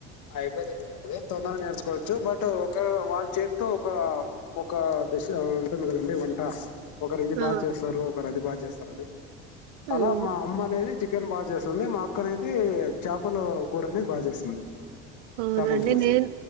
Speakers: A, on the left (about 60°); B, on the right (about 90°).
A: అయిపోతుండే మేడం అదే తొందరగా నేర్చుకోవచ్చు బట్ ఒక వాళ్ళ చేత్తో ఒక ఒక డిస్ ఉంటది కదండి వంట ఒకరు ఇది
B: ఆ
A: బాగా చేస్తారు ఒకరు అది బాగా చేస్తారు అండి
B: ఉమ్,
A: అలా మా అమ్మ అనేది చికెన్ బాగా చేస్తుంది మా అక్క అనేది చేపల కూర అనేది బాగా చేస్తుంది
B: అవునండి
A: చేపల పులుసు
B: నేను